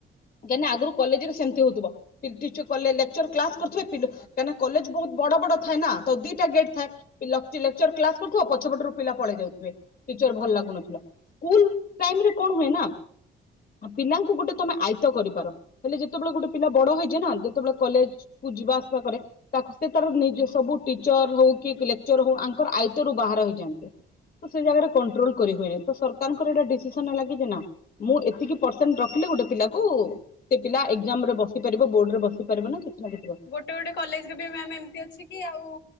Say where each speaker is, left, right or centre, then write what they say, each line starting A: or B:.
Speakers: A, on the left; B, on the left.
A: କାଁ ନା ଆଗରୁ କଲେଜରେ ସେମିତି ହଉଥିବ। ପି ଟିଚ କଲେ ଲେଚର କ୍ଲାସ କରୁଥିବେ ପି କାଇନା କଲେଜ ବହୁତ ବଡବଡ ଥାଏନା। ତ ଦିଟା ଗେଟ୍‌ଥାଏ। ପି ଲ ଲେଚର କ୍ଲାସ କରୁଥିବ ପଛପଟରୁ ପିଲା ପଳେଇ ଯାଉଥିବେ ଟିଚର ଭଲ ଲାଗୁନଥିଲା। ସ୍କୁଲ ଟାଇମ୍ ରେ କଣ ହୁଏ ନା ପିଲାଙ୍କୁ ଗୋଟେ ତମେ ଆଇତ କରିପାର ହେଲେ ଯେତେବେଳେ ଗୋଟେ ପିଲା ବଡ ହେଇଛେ ନା ଯେତେବେଳେ କଲେଜ କୁ ଯିବା ଆସିବା କରେ ତାକୁ ସେ ତାର ନିଜ ସବୁ ଟିଚର ହଉ କି ଲେକ୍ଚର ହଉ ଆଙ୍କର ଆଇତରୁ ବାହାର ହେଇଯାଆନ୍ତି। ତ ସେ ଜାଗାରେ କଣ୍ଟ୍ରୋଲ କରି ହୁଏନି ତ ସରକାରଙ୍କର ଏଟା ଡିସିସନ ହେଲା କି ଯେ ନା। ମୁଁ ଏତିକି ପର୍‌ସେଣ୍ଟ ରଖିଲେ ଗୋଟେ ପିଲା କୁ ସେ ପିଲା ଏକ୍ଜାମ ରେ ବସି ପାରିବ ବୋର୍ଡ ରେ ବସି ପାରିବ ନା କିଛି ନା କିଛି ର
B: ଗୋଟ ଗୋଟେ କଲେଜରେ ବି ମ୍ୟାମ୍ ଏମିତି ଅଛି କି ଆଉ